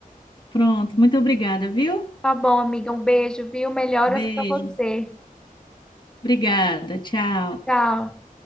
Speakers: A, on the left; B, in the centre.
A: Pronto, muito obrigada, viu?
B: Tá bom, amiga, um beijo, viu? Melhoras
A: Beijo.
B: para você.
A: Obrigada. Tchau.
B: Tchau.